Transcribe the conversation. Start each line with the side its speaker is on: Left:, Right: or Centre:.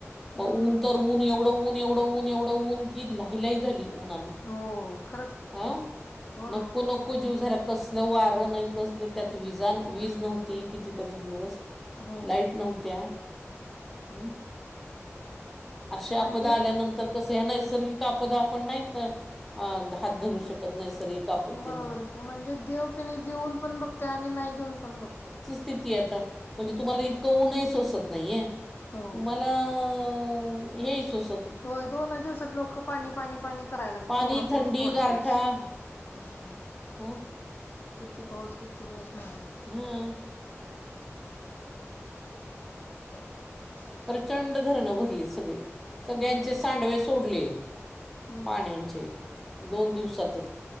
Left: हम्म
Centre: मग ऊन तर ऊन एवढं ऊन एवढं ऊन एवढं ऊन की लहिलाही झाली ऊणानं.
Left: हो खरंच की
Centre: अं
Left: हो ना
Centre: नको नको जीव झाला कसल वारं नाही कसलं त्यात विजा वीज
Left: हम्म
Centre: नव्हती कितीतरी दिवस
Left: हो
Centre: लाईट नव्हती त्या हम्म अशा
Left: म्हणजे
Centre: आपदा आल्यानंतर कसं या नैसर्गिक आपदा आपण नाही त न अ हात धरू शकत नैसर्गिक आपत्तींना
Left: बरोबर की म्हणजे देव कि नाही देऊन पण बघते आणि नाही देऊन पण बघते.
Centre: किती आता म्हणजे
Left: हम्म
Centre: तुम्हाला इतकं ऊनंही सोचत नाहीये.
Left: हो
Centre: तुम्हाला ऊ हेई सोस
Left: होय, दोन दिवसात लोक पाणी, पाणी, पाणी, करायला लागल
Centre: पाणी,
Left: केवढा
Centre: थंडी,
Left: पाऊस केवढा
Centre: गारठा
Left: पाऊस. हम्म!
Centre: <unintelligible>
Left: किती पाऊस किती पाऊस म्हणाले?
Centre: हम.
Left: <unintelligible>
Centre: प्रचंड धरणं भरली सगळी, सगळ्यांचे
Left: हम्म
Centre: सांडवे सोडले.
Left: हम्म
Centre: पाण्याचे दोन
Left: हम्म
Centre: दिवसातचं
Left: हम्म